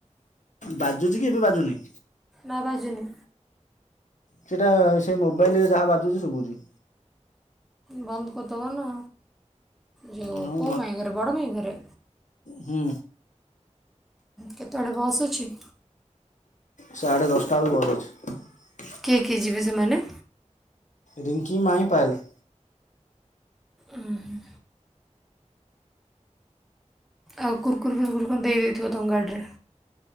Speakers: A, on the left; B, in the centre.
A: ବାଜୁଛି କି ଏବେ ବାଜୁନି?
B: ନା ବାଜୁନି।
A: ସେଟା ସେ ମୋବାଇଲରେ ଯାହା ବାଜୁଛି ଶୁଭୁଛି।
B: ବନ୍ଦ କରିଦବ ନା ଯେଉଁ
A: ମୁଁ
B: କେଉଁ ମାଇଁ ଘରେ ବଡ଼ ମାଇଁ ଘରେ?
A: ହଁ।
B: କେତେବେଳେ ବସ୍ ଅଛି?
A: ସାଢ଼େ ଦଶଟା ବେଳକୁ ବସ ଅଛି।
B: କିଏ କିଏ ଯିବେ ସେମାନେ?
A: ରିଙ୍କି, ମାଇଁ, ପାଏଲ।
B: ଉଁ ହୁଁ। ଆଉ କୁର୍କୁରି ଫୁରର୍କୁରି ଦେଇ ଦେଇଥିବ ତାଙ୍କ ଗାଡ଼ିରେ।